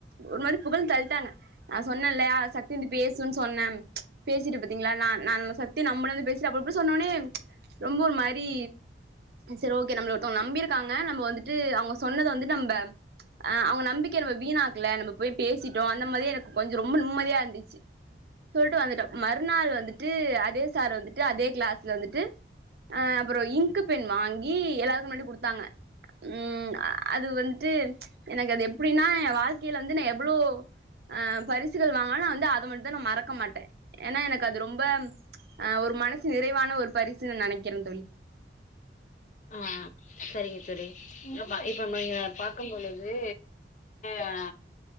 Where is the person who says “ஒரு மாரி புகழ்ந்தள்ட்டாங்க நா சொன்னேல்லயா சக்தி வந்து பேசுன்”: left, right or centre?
Right